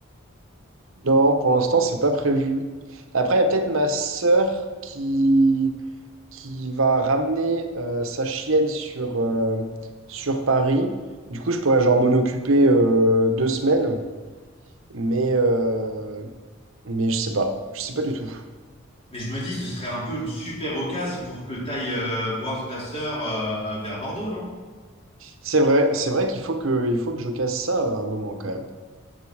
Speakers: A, on the right; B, on the left.
A: Non, pour l'instant, c'est pas prévu. Après, il y a peut-être ma sœur qui, qui va ramener euh, sa chienne sur, euh, sur Paris. Du coup, je pourrais genre m'en occuper euh, deux semaines, mais, euh, mais je sais pas. Je sais pas du tout.
B: Mais je me dis, ce serait un peu une super occasion pour que tu ailles voir ta sœur euh, vers Bordeaux, non?
A: C'est vrai, c'est vrai qu'il faut que, il faut que je casse ça euh, à un moment quand même.